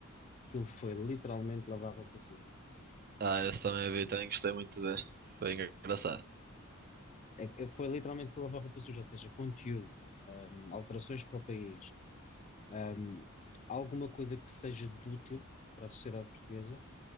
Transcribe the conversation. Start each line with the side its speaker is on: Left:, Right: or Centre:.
Left: Aquilo foi literalmente lavar roupa suja.
Right: Ah, esse também vi, também gostei muito de ver. Foi engraçado.
Left: É- é- Foi literalmente lavar roupa suja, ou seja, conteúdo, ahm, alterações para o país ahm, alguma coisa que seja de útil para a sociedade portuguesa,